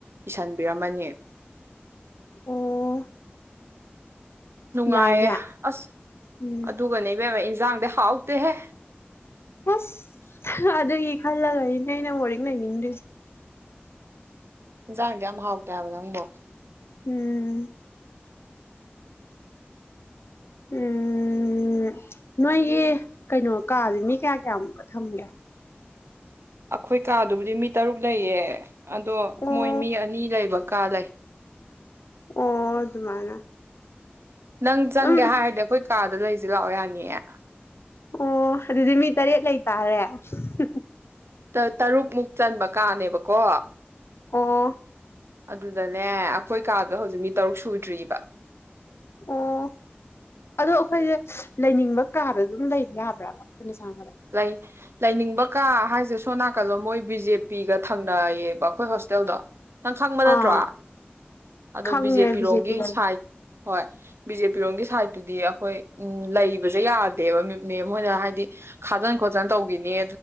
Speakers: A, on the right; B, on the left.
A: ꯏꯁꯟ ꯃꯅꯤ
B: ꯑꯣ
A: ꯅꯨꯡꯉꯥꯏꯌꯦ
B: ꯌꯥꯏꯅꯦ
A: ꯑꯁ
B: ꯎꯝ
A: ꯑꯗꯨꯒꯅꯦ ꯏꯕꯦꯝꯃꯥ ꯏꯟ ꯖꯥꯡꯗꯤ ꯍꯥꯎꯇꯦ ꯍꯦ
B: ꯑꯁ ꯍꯥ ꯑꯗꯨꯒꯤ ꯈꯜꯂꯒꯅꯤꯅꯦ ꯑꯩꯅ ꯕꯣꯔꯗꯤꯡ ꯂꯩꯅꯤꯡꯗ꯭ꯔꯤꯁꯦ
A: ꯏꯟꯁꯥꯡꯁꯦ ꯌꯥꯝ ꯍꯥꯎꯇꯦ ꯍꯥꯢꯕ ꯅꯪꯕꯣ
B: ꯎꯝ ꯎꯝ ꯅꯣꯏꯒꯤ ꯀꯩꯅꯣ ꯀꯥꯥꯁꯦ ꯃꯤ ꯀꯌꯥ ꯀꯌꯥꯃꯨꯛꯀ ꯊꯝꯒꯦ
A: ꯑꯩꯈꯣꯏ ꯀꯥꯗꯨꯕꯨꯗꯤ ꯃꯤ ꯇꯔꯨꯛ ꯂꯩꯌꯦ ꯑꯗꯣ
B: ꯑꯣ
A: ꯃꯣꯏ ꯃꯤ ꯑꯅꯤ ꯂꯩꯕ ꯀꯥ ꯂꯩ
B: ꯑꯣ ꯑꯗꯨꯃꯥꯏꯅ
A: ꯅꯪ ꯆꯪꯒꯦ
B: ꯑꯗꯨꯝ
A: ꯍꯥꯏꯔꯗꯤ ꯑꯩꯈꯣꯏ ꯀꯥꯗ ꯂꯩ ꯁꯤ ꯂꯥꯛꯑꯣ ꯌꯥꯅꯤꯌꯦ
B: ꯑꯣ ꯑꯗꯨꯗꯤ ꯃꯤ ꯇꯔꯦꯠ ꯂꯩꯇꯥꯥꯔꯦ ꯎꯝ ꯍꯝ ꯍꯝ
A: ꯇꯔꯨꯛꯃꯨꯛ ꯆꯟꯕ ꯀꯥꯅꯦꯕꯀꯣ
B: ꯑꯣ
A: ꯑꯗꯨꯗꯅꯦ ꯑꯩꯈꯣꯏ ꯀꯥꯗꯣ ꯍꯧꯖꯤꯛ ꯃꯤ ꯇꯔꯨꯛ ꯁꯨꯗ꯭ꯔꯤꯕ
B: ꯑꯣ ꯑꯗꯣ ꯑꯩꯈꯣꯏꯁꯦ ꯂꯩꯅꯤꯡꯕ ꯀꯥꯗ ꯑꯗꯨꯝ ꯂꯩꯕ ꯌꯥꯕ꯭ꯔꯕ ꯑꯩꯈꯣꯏꯅ ꯆꯪꯉꯛꯄꯗ
A: ꯂꯩꯥ ꯂꯩꯅꯤꯡꯕ ꯀꯥ ꯍꯥꯏꯁꯦ ꯁꯣꯝ ꯅꯥꯀꯜꯂꯣꯝ ꯃꯣꯏ ꯕꯤ ꯖꯦ ꯄꯤꯒ ꯊꯪꯅꯩꯌꯦ ꯑꯩꯈꯣꯏ ꯍꯣꯁꯇꯦꯜꯗꯣ ꯅꯪ ꯈꯪꯕ ꯅꯠꯇ꯭ꯔꯣ
B: ꯑꯥ
A: ꯑꯗꯣ
B: ꯈꯪꯉꯦ
A: ꯕꯤ ꯖꯦ ꯄꯤꯔꯣꯝꯒꯤ
B: ꯕꯤꯖꯦꯄꯤ ꯂꯩ
A: ꯁꯥꯏꯠ ꯍꯣꯏ ꯕꯤ ꯖꯦ ꯄꯤꯔꯣꯝꯒꯤ ꯁꯥꯏꯗꯠꯇꯨꯗꯤ ꯑꯩꯈꯣꯏ ꯎꯝ ꯂꯩꯕꯁꯦ ꯌꯥꯗꯦꯕ ꯃꯦꯡ ꯍꯣꯏꯅ ꯍꯥꯏꯗꯤ ꯈꯥꯖꯤꯟ ꯈꯣꯠꯆꯟ ꯇꯧꯈꯤꯅꯤ